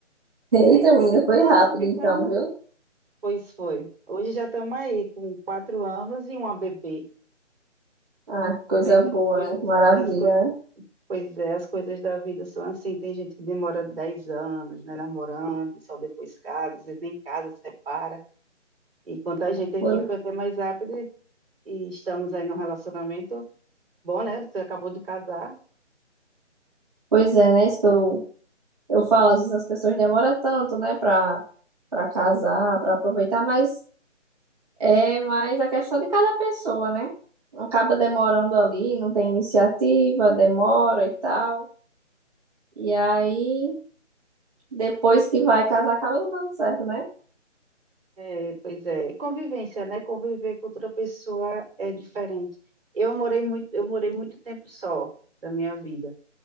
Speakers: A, on the right; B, on the right.
A: eita,
B: E aí foi
A: menina,
B: ficando,
A: foi rápido
B: foi ficando,
A: então, viu?
B: pois foi. Hoje já estamos aí com quatro anos e uma bebê.
A: Ah, que
B: Tá
A: coisa
B: vendo?
A: boa,
B: As coisas,
A: né? Que maravilha,
B: as coi-
A: né?
B: pois é, as coisas da vida são assim. Tem gente que demora 10 anos, né, namorando, e só depois casa, às vezes nem casa, separa. E quanto a gente aqui
A: Foi-
B: foi até mais rápido e e estamos aí num relacionamento bom, né? Você acabou de casar.
A: Pois é, né? Isso que eu, eu falo, às vezes as pessoas demoram tanto, né, pra, pra casar, pra aproveitar, mas é mais a questão de cada pessoa, né? Acaba demorando ali, não tem iniciativa, demora e tal. E aí, depois que vai casar, acaba não dando certo, né?
B: É, pois é, convivência, né? Conviver com outra pessoa é diferente. Eu morei muito, eu morei muito tempo só da minha vida.